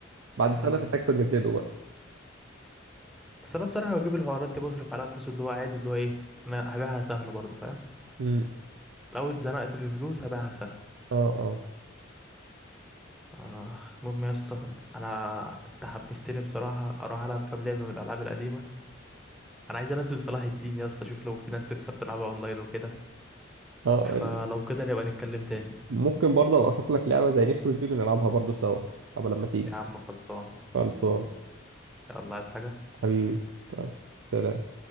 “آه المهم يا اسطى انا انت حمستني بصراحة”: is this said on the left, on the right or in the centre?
Centre